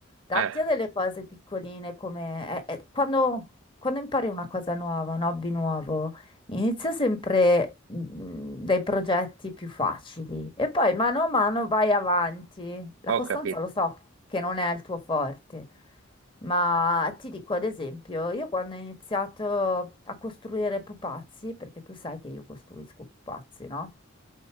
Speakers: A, on the left (about 25°); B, on the right (about 65°).
A: datti
B: eh,
A: a delle cose piccoline come... eh, eh, quando, quando impari una cosa nuova, un hobby nuovo, inizia sempre mm, dai progetti più facili e poi mano a mano vai avanti. La
B: ho
A: costanza
B: capito.
A: lo so che non è il tuo forte, ma ti dico ad esempio, io quando ho iniziato a costruire pupazzi, perché tu sai che io costruisco pupazzi, no?